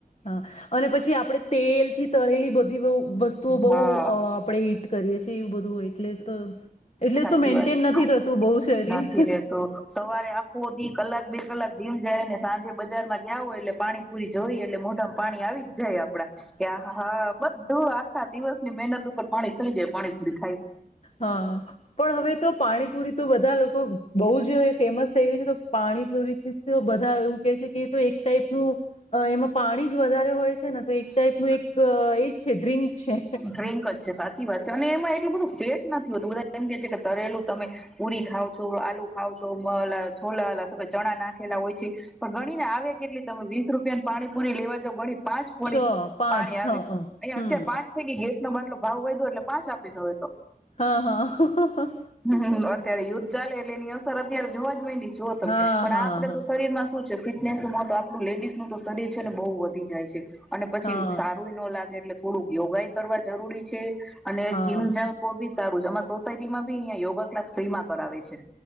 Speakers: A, on the left; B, in the centre.
A: હા અને પછી આપડે તેલ થી તળેલી બધી બઉ. વસ્તુઓ બહુ
B: હા
A: અ આપડે. કરીએ છીએ એવું બધું એટલે તો એટલે
B: સાચી
A: તો મેન્ટેન
B: વાત
A: નથી
B: છે
A: થતું બહુ શરીર
B: નથી રેતો સવારે આખુંધી કલાક બે કલાક જીમ જાડીને સાંજે બજારમાં જઓ એટલે પાણી પૂરી જોઈ એટલે મોઢામાં પાણી આવી જ જાય આપડા કે આ હા બધું આખા દિવસ ની મહેનત ઉપર પાણી ફેલી જાય પાણી પુરી.
A: હા. પણ હવે તો પાણીપુરી તો બધા લોકો બહુ જ ફેમસ થઈ ગય છે તો પાણી પૂરી તો બધા એવું કે છે કે એક ટાઈપનું એમાં પાણી જ વધારે હોય. ને તો એક ટાઈપ ન એક છે ડ્રિંક છે
B: ડ્રિન્કજ છે સાચી વાત છે, અને એમાં એટલું બધું સેટ નથી હોતું બધા એમ કે છે કે તરેલું તમે પુરી ખાવ છો, આલુ ખાવ, છોલા છોલા ચણા નાખેલા હોય છે, પણ ગણીને આવે કેટલી તમે વીસ રૂપિયાની પાણીપુરી લેવા જાવ ગણી પાંચ પોડી
A: છ પાંચ
B: પાણી
A: છ
B: આવે અહીયા
A: અ. હમ
B: અત્યારે પાંચ ગેસ નો બાટલો ભાવ વધો એટલે પાંચ આપી જ હ તો
A: હા હા.
B: હમ અત્યારે યુદ્ધ ચાલે એટલે એની અસર અત્યારે જોવા જ મંડી. જો તમે
A: હા
B: પણ
A: હા
B: આપડે
A: હા
B: તો શરીર માં શું ફિટનેસ નું મહત્વ આપણું લેડીઝ નું તો શરીર છે ને બહુ વધી જાય છે. અને પછી
A: હા
B: સારું એ ન લાગે એટલે થોડું. યોગાઈ કરવા જરૂરી છે. અને
A: હા
B: જીમ જાવ તો બી સારું છે, અમા સોસાયટીમાં બી અહં યોગા ક્લાસ ફ્રી માં કરાવે છે.